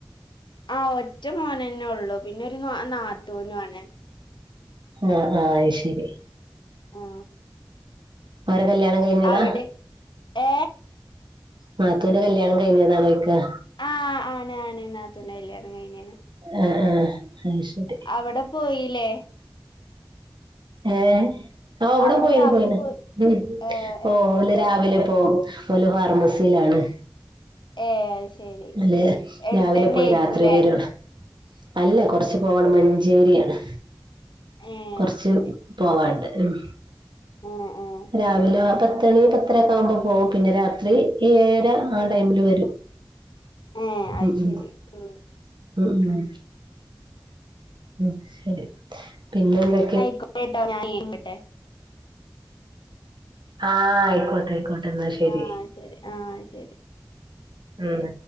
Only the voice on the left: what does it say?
ആ ഒറ്റ മോനെന്നൊള്ളു പിന്നെ ഒരു നാത്തൂനു ആണ്.
ആ
അവിടെ ഏ
ആ ആണ് ആണ് നാത്തൂന്റെ കല്യാണം കഴിഞ്ഞ്
അവടെ പോയില്ലേ?
അവിടെ
കാക്കു
പോ
ഏ
ഏ
ഏ അത് ശരി
എടുത്തന്നെ
ആയിരിക്കൂല്ലേ
ഏ
അത് ശരി
ഏ ഏ
ഏ അത്
ശരി ഉം
<inaudible>
ആ ശരി ആ ശരി